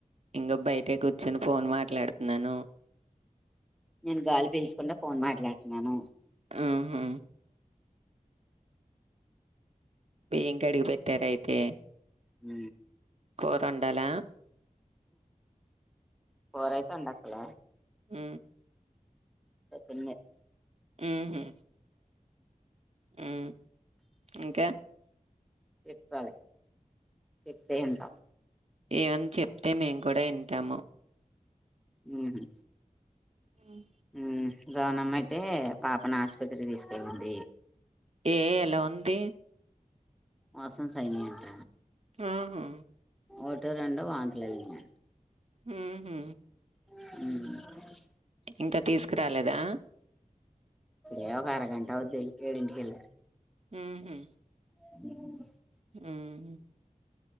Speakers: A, on the right (about 50°); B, in the centre.
A: ఇంగ బయటె కూర్చొని ఫోన్ మాట్లాడుతున్నాను
B: నేను గాలి పీల్చకుండా ఫోన్ మాట్లాడుతున్నాను
A: ఆ ఆ బియ్యం కడికి పెట్ ట్టారైతే
B: ఉ
A: కూరోండాల
B: కురైతే వండట్లే
A: ఉ
B: పొద్దుందే
A: ఉహు ఉ ఇంకా
B: చెప్పాలి చెప్పే అంట
A: ఏమన్న చెప్తే మేము కూడా వింటాము
B: మ్
A: హ్మ్.
B: మ్ జోనమ్మయితే పాపను ఆస్పత్రికి తీసుకెళ్ళింది
A: ఏ ఎలా ఉంది
B: మొషన్స్ అయినాయి అంట
A: ఆహా
B: ఓటర్ అండ్ వంతులయినయంట
A: మ్ హు
B: ఉ
A: ఇంకా తీసుకురాలేదా
B: ఏ ఒక అర గంట అవుద్ధి ఎల్లిపోయరు ఇంటికేల్
A: మ్ హు
B: అ
A: మ్